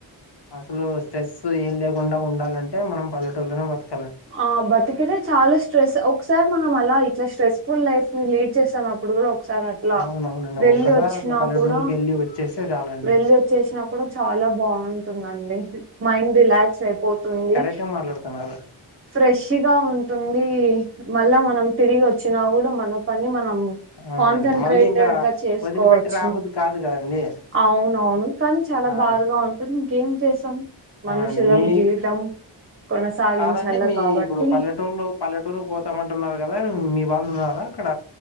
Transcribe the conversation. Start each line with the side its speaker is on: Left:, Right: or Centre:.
Left: అసలు స్ట్రెస్ ఏం లేకుండా ఉండాలంటే, మనం పల్లెటూళ్ళనే బతక్
Right: ఆ బతికితే చాలస్ స్ట్రెస్ ఒకసారి మనం అలా ఇట్ల స్ట్రెస్ఫుల్ లైఫ్ ని లీడ్ చేస్తున్నప్పుడు కూడ ఒకసారి అట్లా
Left: అవునవునండి
Right: వెళ్లి
Left: ఒక్కసారి
Right: వచ్చినా
Left: అట్లా పల్లెటూరుకి
Right: కూడా!
Left: వెళ్ళి వచ్చేస్తే చాలండి
Right: వెళ్లొచ్చేసిన కూడ చాలా బాగుంటుందండి. మైండ్ రిలాక్స్ అయిపోతుంది.
Left: టె మాట్లాడతన్నారు.
Right: ఫ్రెష్గా ఉంటుంది. మళ్ళా మనం తిరిగి వచ్చినా కూడ మన పని మన్ నం
Left: అవునండి
Right: కాన్సెంట్రేటెడ్
Left: మళ్ళీ ఇంకా
Right: గా చేసుకోవచ్చు.
Left: వదిలిపెట్టి రాబుద్దు కాదు కదండి
Right: అవునవును. కానీ, చాలా
Left: ఆ
Right: బాధగా ఉంటుంది. ఇంకేం చేస్తాం? మనుషులం.
Left: అవునండి మీ
Right: జీవితం. కొనసాగించాల
Left: కాదండి. మీ
Right: కాబట్టి
Left: ఇప్పుడు పల్లెటూర్లో పల్లెటూరు పోతామంటున్నారు కదా! మీ వాళ్ ఉన్నారా? అక్కడ